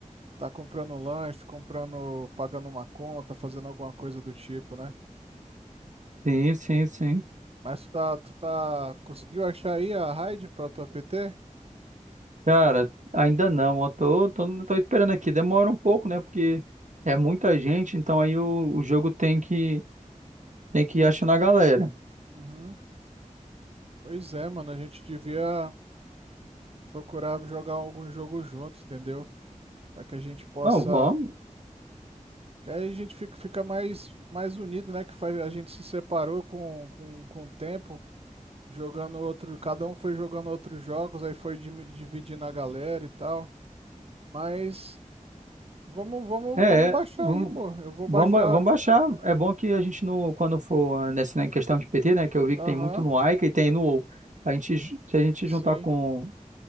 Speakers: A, on the right (about 45°); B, on the right (about 65°).
A: estar comprando lanche, comprando, pagando uma conta, fazendo alguma coisa do tipo, né?
B: Sim, sim, sim.
A: Mas tu tá, tu tá, conseguiu achar aí a raid para tua PT?
B: Cara, ainda não. Eu tô, tô, tô esperando aqui. Demora um pouco, né? Porque é muita gente, então aí o, o jogo tem que, tem que ir achando a galera.
A: Uhum. Pois é, mano, a gente devia procurar jogar algum jogo junto, entendeu? Para que a gente possa
B: Não, vamos.
A: Que aí a gente fica, fica mais, mais unido, né? Que faz, a gente se separou com, com, com o tempo, jogando outro, cada um foi jogando outros jogos, aí foi dimi- dividindo a galera e tal. Mas vamos, vamos,
B: É,
A: vamos baixar
B: vamos,
A: aí, pô. Eu vou
B: vamos,
A: baixar.
B: ba- vamos baixar. É bom que a gente, no, quando for nessa né, questão de PT, né? Que eu vi
A: Aham,
B: que tem muito no Aika e tem no WoW. A gente, ju- se a gente
A: sim.
B: juntar com